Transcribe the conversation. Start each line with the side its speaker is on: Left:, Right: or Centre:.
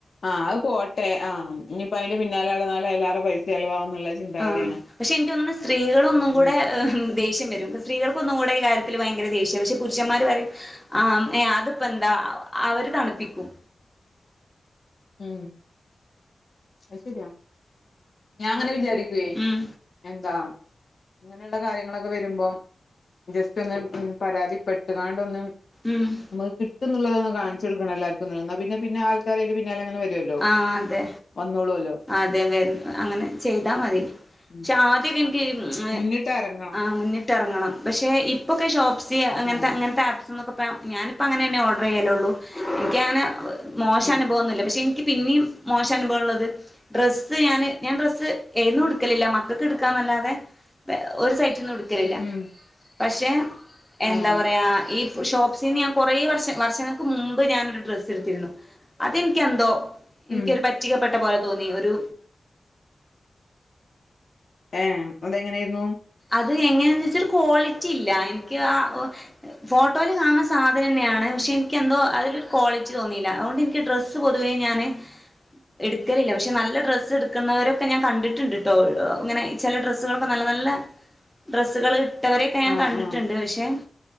Left: അ പോട്ടെ ആഹ് ഇനിപ്പോ അയിന്റെ പിന്നെ നാലാൾ നാലാൾ അവ്ടെ പൈസ ചെലവാവും എന്നുള്ള ചിന്താഗതിയാണ്
Centre: ആ പക്ഷേ എൻക്ക് തോന്നുന്നു സ്ത്രീകളൊന്നും കൂടെ
Left: ഉം
Centre: ഏ ദേഷ്യം വരു സ്ത്രീകൾക്ക് ഒന്നും കൂടെ ഈ കാര്യത്തില് ഭയങ്കര ദേഷ്യം പക്ഷേ പുരുഷന്മാര് പറയും ആ ഏ അതിപ്പോ എന്താ അ അവര് തണുപ്പിക്കും.
Left: ഉം അയ്ശെരിയാ. ഞാ അങ്ങനെ വിചാരിക്കുവേ
Centre: ഉം
Left: എന്താ ഇങ്ങനെയുള്ള കാര്യങ്ങളൊക്കെ വരുമ്പോം ജസ്റ്റ് ഒന്ന് മ് പരാതിപ്പെട്ടുകാണ്ടൊന്ന്
Centre: ഉം
Left: നമുക്ക് കിട്ടുന്നുള്ളതാ. കാണിച്ചോട്ക്കണേല്ലാർക്കുന്ന് ന്നാ പിന്നെ പിന്നെ ആൾക്കാര് <unintelligible> പിന്നാലങ്ങനെ വരു വരുവല്ലോ
Centre: ആഹ് അതെ
Left: വന്നോളൂ.
Centre: അതെ വര് അങ്ങനെ ചെയ്താ മതി,
Left: ഉം
Centre: ക്ഷേ ആദ്യക്കെ എന് <unintelligible>
Left: മുന്നിട്ട് എറങ്ങണം
Centre: ആ മുന്ന ട്ട് എറങ്ങണം പക്ഷേ ഇപ്പൊക്കെ ഷോപ്സ് ചെ അങ്ങൻത്ത
Left: ഉം
Centre: അങ്ങൻത്താപ് നമ്മക്ക്‌പ്പോ ഞാനിപ്പം അങ്ങനെ തന്നെ ഓർഡർ ചെയ്യലൊള്ളൂ, എനിക്കങ്ങനെ വ് മോശനുഭവംന്നുല്ല,
Left: ആഹ്
Centre: പക്ഷേ എനിക്ക് പിന്നെയും മോശനുഭവള്ളത് ഡ്രസ്സ് ഞാന് ഞാൻ ഡ്രസ്സ് എയ്ന്നും ഇട്ക്കലില്ല, മക്കക്ക് ഇടുക്കാന്നല്ലാതെ വെ ഒരു സൈറ്റിന്ന്ടു ക്കേലില്ല.
Left: ഉം
Centre: പക്ഷേ എന്താ
Left: ആഹ്
Centre: പറയാ ഈ ഷോപ്പ്സീന്ന് ഞാൻ കൊറെേ വർഷ വർഷങ്ങൾക്ക് മുമ്പ് ഞാനൊരു ഡ്രസ്സ് എടുത്തിരുന്നു, അതെനിക്കെന്തോ എനിക്കൊരു
Left: ഉം
Centre: പറ്റികപ്പെട് <unintelligible> തോന്നി ഒരു
Left: ഏ അതെങ്ങെനായിരുന്നു.
Centre: അത് എങ്ങനേന്ന് വെച്ചാ ഒരു ക്വാളിറ്റി ഇല്ല, എനിക്ക് ആ വ് ഫോട്ടോയിൽ കാണുന്ന സാധനംന്നെയാണ് പക്ഷേ എനിക്ക് എന്തോ അതിലൊരു ക്വാളിറ്റി തോന്നിയില്ല, അതുകൊണ്ട് എനിക്ക് ഡ്രസ്സ് പൊതുവേ ഞാന് ഇടുക്കലില്ല, പക്ഷെ നല്ല ഡ്രസ്സ് എടുക്കുന്നവരൊക്കെ ഞാൻ കണ്ടിട്ടുണ്ട്ട്ടോ, വ് അ ഇങ്ങനെ ചെല ഡ്രസ്സുകളൊക്കെ നല്ല നല്ല ഡ്രെസ്സുകള് ഇട്ടവരൊക്കെ ഞാൻ
Left: ആഹ്
Centre: കണ്ടിട്ടുണ്ട്,
Left: ആഹ്
Centre: പക്ഷേ